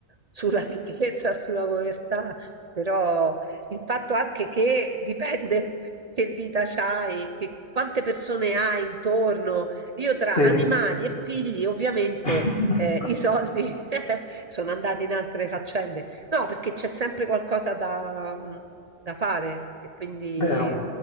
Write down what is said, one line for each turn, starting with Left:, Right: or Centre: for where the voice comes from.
Right: sulla <laughs> ricchezza, sulla povertà, però il fatto anche che dipende <laughs> che vita c'hai, che quante persone hai intorno. Io tra
Left: sì.
Right: animali e figli, ovviamente.
Left: <laughs>
Right: Ehm, i soldi <laughs> sono andati in altre faccende. No, perché c'è sempre qualcosa da mhmm, da fare e quindi,
Left: Vero.